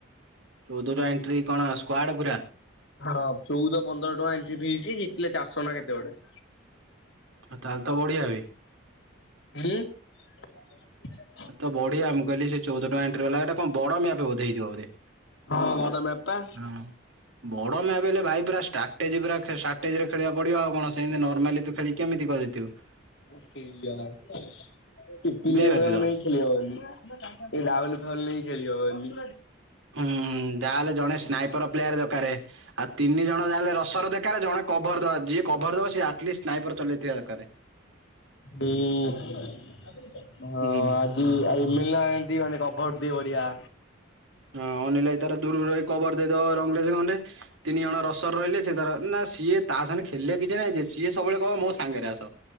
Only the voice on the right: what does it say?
ଚଉଦ ଟା ଏଣ୍ଟ୍ରି କଣ ସ୍କୁଆଡ଼ ପୁରା।
ଆଉ ତାହେଲେ ତ ବଢିଆ ବେ।
ଏ ତ ବଢିଆ ମୁଁ କହିଲି ସେ ଚଉଦ ଟଙ୍କା ଏଣ୍ଟ୍ରି ବାଲାଟା କଣ ବଡ ମ୍ୟାପ ବୋଧେ ହେଇଥିବ ବୋଧେ।
ହଁ ବଡ ମ୍ୟାପ ହେଲେ ଭାଇ ପୁରା ଷ୍ଟାଟେଜି ପୁରା ଷ୍ଟ୍ରାଟେଜି ରେ ଖେଳିବା ପଡିବ ଆଉ କଣ ସେତି ନର୍ମାଲି ତୁ ଖେଳି କେମିତି କଣ ଜିତିବୁ।
ବୁଝିପାରୁଛୁ
ତ।
ହୁଁ ଯାହାହେଲେ ଜଣେ ସ୍ନାଇପର ପ୍ଲେୟାର ଦରକାରେ ଆଉ ତିନି ଜଣ ଯାହାହେଲେ ରସର ଦରକାରେ ଜଣେ କଭର ଦେବା ଯିଏ କଭର ଦେବା ସି ଆଟ୍ଲିଷ୍ଟ ସ୍ନାଇପର ଚଳେଇଥିବା ଦରକାରେ।
ହୁଁ
ହଁ ଅନିଲ ଭାଇ ତାର ଦୂରରୁ ରହି କବର ଦେଇଦବ ରଙ୍ଗରେଜ ଖଣ୍ଡେ। ତିନି ଜଣ ରସର ରହିଲେ ସେ ତାର ନା ସିଏ ତା ସାଙ୍ଗେ ଖେଳିଲେ କିଛି ନାହିଁ ଯେ ସିଏ ସବୁବେଳେ କହିବ ମୋ ସାଙ୍ଗରେ ଆସ।